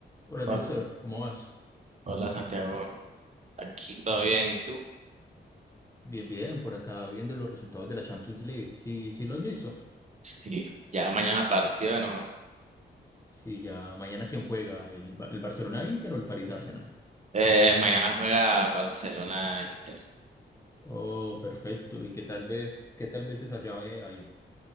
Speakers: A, on the left (about 15°); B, on the right (about 35°).
A: Hola,
B: Hol-
A: Joster, ¿cómo vas?
B: Hola Santiago, aquí todo bien, ¿tú?
A: Bien, bien, por acá viendo los resultados de la Champions League. Sí, sí, lo has visto.
B: Sí, ya mañana partido de nuevo.
A: Sí, ya mañana quién juega, el, Ba- el Barcelona Inter o el París Arsenal.
B: Eh, mañana juega Barcelona-Inter.
A: Oh, perfecto. ¿Y qué tal vez, qué tal vez esa llave ahí?